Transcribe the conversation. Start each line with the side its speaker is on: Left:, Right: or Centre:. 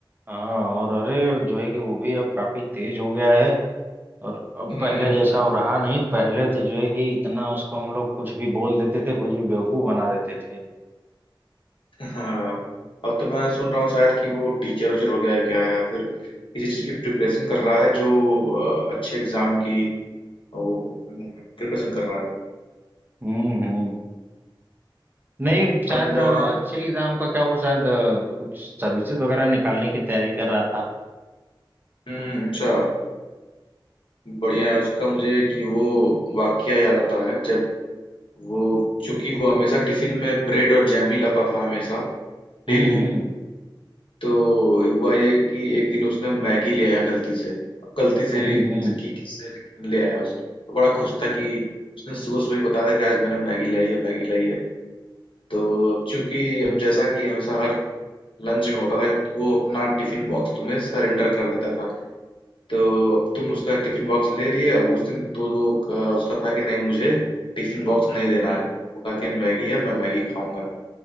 Right: हाँ और अरे जो है कि वो भी अब काफी तेज हो गया है और अब
Left: हम्म
Right: पहले
Left: हम्म।
Right: जैसा वो रहा नहीं पहले तो जो है कि इतना उसको हम लोग कुछ भी बोल देते थे कुछ भी बेवकूफ बना देते थे
Left: हाँ अब तो मैं सुन रहा हूँ शायद कि वो टीचर उचर हो गया है क्या या फिर किसी चीज़ की प्रिपरेशन कर रहा है जो अ, अच्छे एग्जाम की अ, वो प्रिपरेशन कर रहा है
Right: हम्म हम्म नहीं शायद
Left: अब
Right: अ,
Left: अ,
Right: अच्छे एग्जाम का क्या वो शायद अ, कुछ सर्विसेज वगैरह निकालने की तैयारी कर रहा था
Left: हम्म हम्म, अच्छा बढ़िया है उसका मुझे कि वो वाकया याद आता है जब वो चूंकि वो हमेशा टिफिन में ब्रेड और जैम ही लाता था हमेशा
Right: हम्म
Left: डेली
Right: हम्म
Left: तो हुआ ये कि एक दिन उसने मैगी ले आया गलती से गलती से
Right: हम्म
Left: भी
Right: हम्म
Left: की किससे लेकिन ले आया उसने तो बड़ा खुश था कि उसने सुबह सुबह ही बताया था कि आज मैंने मैगी लाई है मैगी लाई है तो अब चूंकि अब जैसा कि हमेशा हर लंच में होता था वो अपना टिफिन बॉक्स तुम्हें सरेंडर कर देता था तो अब तुम उसका टिफिन बॉक्स ले लिए अब उस दिन तो वो अ, उसका था कि नहीं मुझे टिफिन बॉक्स नहीं देना है वो कहा कि मैगी है मैं मैगी खाऊंगा